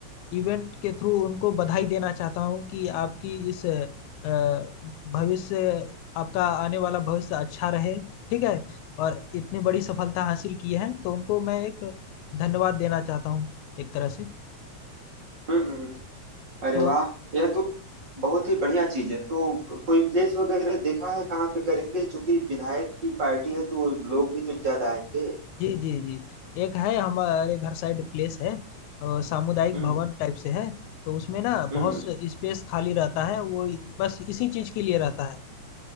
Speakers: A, on the left; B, on the right.
A: इवेंट के थ्रू उनको बधाई देना चाहता हूँ कि आपकी इस अ, भविष्य आपका आने वाला भविष्य अच्छा रहे ठीक है और इतनी बड़ी सफलता हासिल की है तो उनको मैं एक धन्यवाद देना चाहता हूँ एक तरह से
B: हम्म हम्म हम्म। अरे
A: तो
B: वाह यह तो बहुत ही बढ़िया चीज है तो कोई प्लेस वगैरह देखा है कहाँ पे करेंगे क्योंकि विधायक की पार्टी है तो लोग भी तो ज्यादा आएंगे
A: जी जी जी एक है हमारे घर साइड प्लेस है अ, सामुदायिक
B: हम्म
A: भवन टाइप से है तो उसमें ना
B: हम्म
A: बहुत
B: हम्म
A: स्पेस खाली रहता है वो बस इसी चीज के लिए रहता है